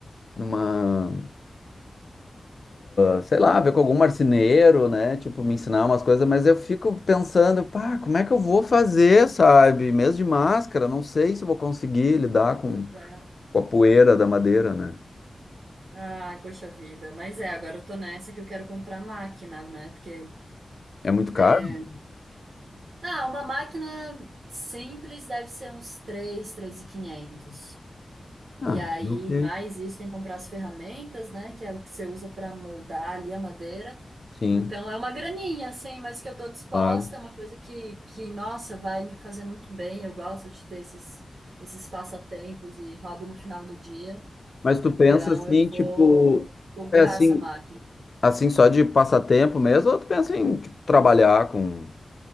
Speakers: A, on the left (about 50°); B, on the right (about 75°).
A: numa, ah, sei lá, ver com algum marceneiro, né? Tipo, me ensinar umas coisas, mas eu fico pensando, pá, como é que eu vou fazer, sabe? Mesmo de máscara, não sei se eu vou conseguir lidar com,
B: né?
A: com a poeira da madeira, né?
B: Ai, poxa vida. Mas é, agora eu tô nessa que eu quero comprar máquina, né? Porque.
A: É muito caro?
B: é, Ah, uma máquina simples deve ser uns 3, 3.500. E quinhentos.
A: Ah,
B: E aí,
A: ok.
B: mais isso, tem que comprar as ferramentas, né? Que é o que você usa para moldar ali a madeira.
A: Sim,
B: Então é uma graninha, assim, mas que eu tô disposta,
A: claro.
B: é uma coisa que, que, nossa, vai me fazer muito bem. Eu gosto de ter esses, esses passatempos e hobby no final do dia.
A: Mas tu
B: Então
A: pensa assim,
B: eu vou
A: tipo,
B: comprar
A: é assim,
B: essa máquina.
A: Assim, só de passatempo mesmo, ou tu pensa em tipo, trabalhar com,